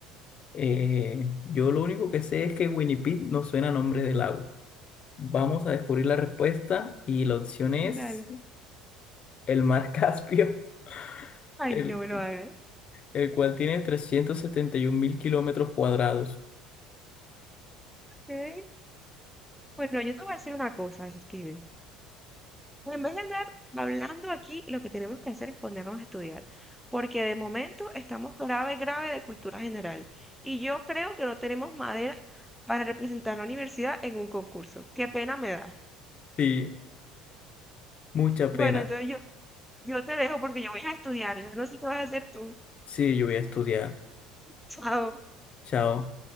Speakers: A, on the left (about 40°); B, in the centre.
A: Eh, yo lo único que sé es que Winnipeg no suena a nombre de lago. Vamos a descubrir la respuesta y la opción es
B: Dale.
A: el mar Caspio, <laughs>
B: Ay,
A: el,
B: no me lo hagas.
A: el cual tiene 371 mil kilómetros cuadrados.
B: Ok. Bueno, yo te voy a decir una cosa, Steven. En vez de andar hablando aquí, lo que tenemos que hacer es ponernos a estudiar, porque de momento estamos grave, grave de cultura general. Y yo creo que no tenemos madera para representar la universidad en un concurso. Qué pena me da.
A: Sí, mucha pena.
B: Bueno, entonces yo, yo te dejo porque yo voy a estudiar. Yo no sé qué vas a hacer tú.
A: Sí, yo voy a estudiar.
B: <laughs> Chao.
A: Chao.